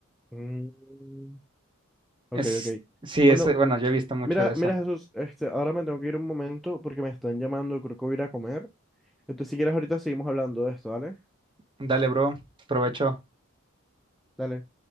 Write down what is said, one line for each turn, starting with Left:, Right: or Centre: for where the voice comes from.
Centre: Mm, ok,
Right: Es,
Centre: ok.
Right: sí,
Centre: Bueno,
Right: es, bueno, yo he visto mucho
Centre: mira,
Right: de eso.
Centre: mira Jesús, este, ahora me tengo que ir un momento porque me están llamando, creo que voy a ir a comer. Entonces, si quieres, ahorita seguimos hablando de esto, ¿vale?
Right: Dale, bro, provecho.
Centre: Dale.